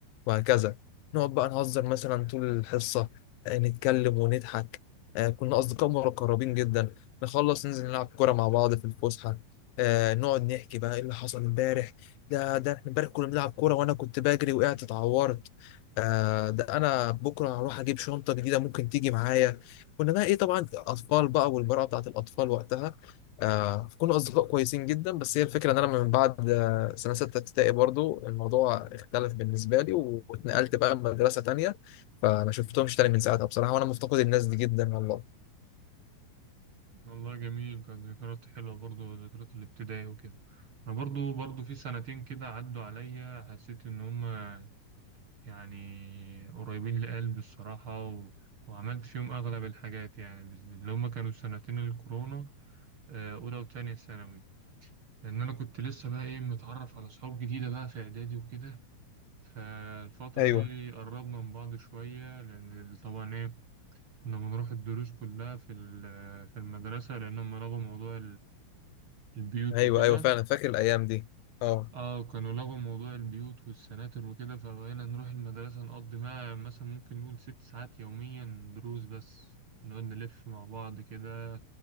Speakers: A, on the left; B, on the right.
A: وهكذا نقعد بقى نهزر مثلا طول الحصة آه، نتكلم ونضحك آه، كنا أصدقاء مقربين جدا نخلص ننزل نلعب كورة مع بعض في الفسحة آه، نقعد نحكي بقى ايه اللي حصل امبارح ده ده احنا امبارح كنا بنلعب كورة وانا كنت بجري وقعت اتعورت آه، ده انا بكره هروح اجيب شنطة جديدة ممكن تيجي معايا كنا بقى ايه طبعا اطفال بقى والمرأة بتاعت الاطفال وقتها آه كنا اصدقاء كويسين جدا بس هي الفكره ان انا من بعد آه سنه سته ابتدائي برضو الموضوع اختلف بالنسبه لي و- واتنقلت بقى مدرسه تانية فما شفتهمش تاني من ساعتها بصراحه وانا مفتقد الناس دي جدا والله
B: والله جميل كانت ذكريات حلوة برضو ذكريات الابتدائي وكده أنا برضو برضو في سنتين كده عدوا عليا حسيت إن هما يعني قريبين لقلبي الصراحة و... وعملت فيهم أغلب الحاجات يعني بز- اللي هما كانوا سنتين الكورونا آه، أولى وتانية ثانوي لأن أنا كنت لسه بقى إيه متعرف على صحاب جديدة بقى في إعدادي وكده فالفترة
A: ايوه
B: دي قربنا من بعض شوية لأن طبعا إيه كنا بنروح الدروس كلها في ال- في المدرسة لأنهم لغوا موضوع البيوت
A: ايوه
B: وكده
A: ايوه فعلا فاكر الايام دي اه
B: اه كانوا لغوا موضوع البيوت والسناتر وكده فبقينا نروح المدرسة نقضي معاها مثلا ممكن نقول ست ساعات يوميا دروس بس نقعد نلف مع بعض كده